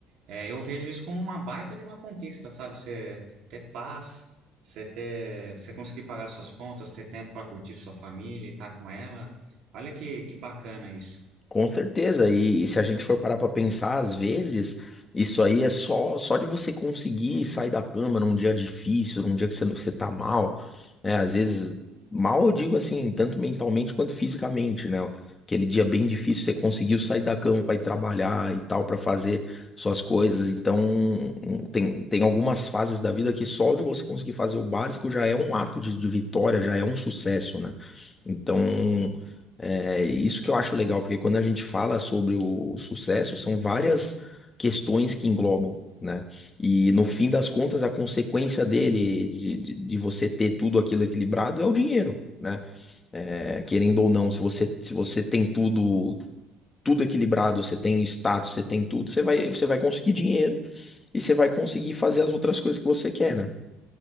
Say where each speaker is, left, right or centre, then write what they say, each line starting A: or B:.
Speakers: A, on the right; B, on the left.
A: é, eu vejo isso como uma baita de uma conquista, sabe? Você ter paz, você ter, você conseguir pagar suas contas, ter tempo para curtir sua família e estar com ela. Olha que, que bacana isso.
B: Com certeza, e, e se a gente for parar pra pensar, às vezes, isso aí é só só de você conseguir sair da cama num dia difícil, num dia que você, não- você tá mal, né? Às vezes, mal eu digo assim, tanto mentalmente quanto fisicamente, né? Aquele dia bem difícil, você conseguiu sair da cama pra ir trabalhar e tal, pra fazer suas coisas. Então, tem, tem algumas fases da vida que só de você conseguir fazer o básico já é um ato de, de vitória, já é um sucesso, né? Então. É isso que eu acho legal, porque quando a gente fala sobre o sucesso, são várias questões que englobam, né? E no fim das contas, a consequência dele, de, de, de você ter tudo aquilo equilibrado, é o dinheiro, né? É, querendo ou não, se você, se você tem tudo, tudo equilibrado, você tem status, você tem tudo, você vai, você vai conseguir dinheiro e você vai conseguir fazer as outras coisas que você quer, né?